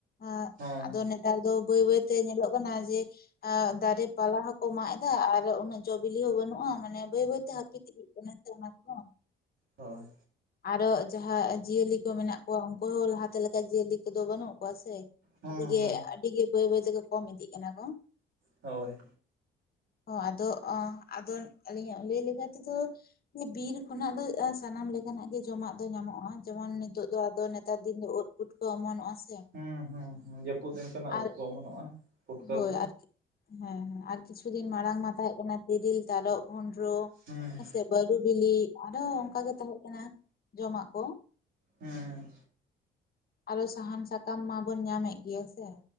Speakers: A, on the left (about 50°); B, on the right (about 75°).
A: ᱟᱸᱻ
B: ᱦᱚᱸ
A: ᱟᱫᱚ ᱱᱮᱛᱟᱨ ᱫᱚ ᱵᱟᱹᱭ ᱵᱟᱹᱭ ᱛᱮ ᱧᱮᱞᱚᱜ ᱠᱟᱱᱟ ᱡᱮ, ᱟᱸᱻ ᱫᱟᱨᱮ ᱯᱟᱞᱦᱟ ᱦᱚᱸᱠᱚ ᱢᱟᱜ ᱮᱫᱟ ᱟᱨ ᱩᱱᱟᱹᱜ ᱡᱚ ᱵᱤᱞᱤ ᱦᱚᱸ ᱵᱟᱹᱱᱩᱜᱼᱟ, ᱢᱟᱱᱮ ᱵᱟᱹᱭ ᱵᱟᱹᱭᱛᱮ ᱦᱟᱹᱯᱤᱛ ᱤᱫᱤᱜ ᱠᱟᱱᱟ ᱥᱮ ᱚᱱᱟ ᱠᱚᱦᱚᱸ᱾
B: ᱦᱚᱭ᱾
A: ᱟᱨᱚ ᱡᱟᱦᱟᱸ ᱡᱤᱭᱟᱹᱞᱤ ᱠᱚ ᱢᱮᱱᱟᱜ ᱠᱚᱣᱟ ᱩᱝᱠᱩ ᱦᱚᱸ ᱞᱟᱦᱟᱛᱮ ᱞᱮᱠᱟ ᱡᱤᱭᱟᱹᱞᱤ ᱠᱚᱫᱚ ᱵᱟᱹᱱᱩᱜ ᱠᱚᱣᱟ ᱥᱮ,
B: ᱦᱚᱸ
A: ᱟᱹᱰᱤᱜᱮ
B: ᱦᱚᱸ
A: ᱟᱹᱰᱤ ᱜᱮ ᱵᱟᱹᱭ ᱵᱟᱹᱭ ᱛᱮᱠᱚ ᱠᱚᱢ ᱤᱫᱤᱜ ᱠᱟᱱᱟ ᱠᱚ᱾
B: ᱦᱚᱭ᱾
A: ᱦᱚᱸ ᱟᱫᱚ, ᱟᱫᱚ ᱟᱹᱞᱤᱧᱟᱜ ᱞᱟᱹᱭ ᱞᱮᱠᱟ ᱛᱮᱫᱚ ᱡᱮ ᱵᱤᱨ ᱠᱷᱚᱱᱟᱜ ᱫᱚ ᱥᱟᱱᱟᱢ ᱞᱮ ᱠᱟᱱᱟᱜ ᱜᱮ ᱡᱚᱢᱟᱜ ᱫᱚ ᱧᱟᱢᱚᱜᱼᱟ ᱡᱮᱢᱚᱱ ᱱᱤᱛᱚᱜ ᱫᱚ ᱟᱫᱚ ᱱᱮᱛᱟᱨ ᱫᱤᱱ ᱫᱚ ᱳᱫ ᱯᱩᱴᱠᱟᱹ ᱚᱢᱚᱱᱚᱜᱼᱟ ᱥᱮ᱾
B: ᱦᱩᱸ ᱦᱩᱸ ᱦᱩᱸ ᱡᱟᱹᱯᱩᱫ ᱫᱤᱱ ᱠᱟᱱᱟ
A: ᱟᱨ
B: ᱳᱫ ᱠᱚ ᱚᱢᱚᱱᱚᱜᱼᱟ᱾ ᱯᱩᱴᱠᱟᱹ
A: ᱦᱳᱭ
B: ᱠᱚ
A: ᱟᱨᱠᱤ, ᱦᱮᱸ ᱦᱮᱸ ᱟᱨ ᱠᱤᱪᱷᱩ ᱫᱤᱱ ᱢᱟᱲᱟᱝ ᱢᱟ ᱛᱟᱦᱮᱸᱜ ᱠᱟᱱᱟ ᱛᱤᱨᱤᱞ, ᱛᱟᱨᱚᱵ, ᱵᱷᱳᱱᱰᱨᱚ,
B: ᱦᱩᱸ᱾
A: ᱥᱮ ᱵᱟᱹᱨᱩ ᱵᱤᱞᱤ ᱟᱨᱚ ᱚᱱᱠᱟ ᱜᱮ ᱛᱟᱦᱮᱸᱷ ᱠᱟᱱᱟ ᱡᱚᱢᱟᱜ ᱠᱚᱼᱼ
B: ᱦᱩᱸ᱾
A: ᱟᱨᱚ ᱥᱟᱦᱟᱱ ᱥᱟᱠᱟᱢ ᱢᱟᱵᱚᱱ ᱧᱟᱢᱮᱫ ᱜᱮᱭᱟ ᱦᱮᱸᱥᱮ᱾